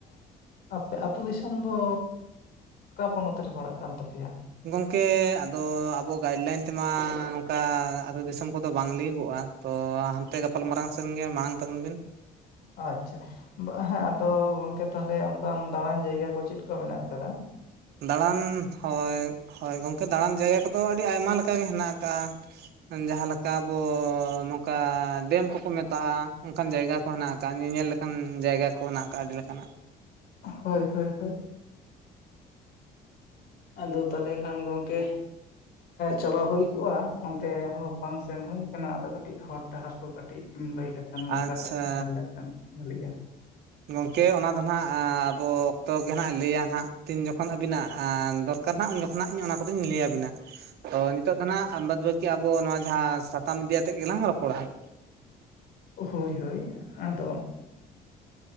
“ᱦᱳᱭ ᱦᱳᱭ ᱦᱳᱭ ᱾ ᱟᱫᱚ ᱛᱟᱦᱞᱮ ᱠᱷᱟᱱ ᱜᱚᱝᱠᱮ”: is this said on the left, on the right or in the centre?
Left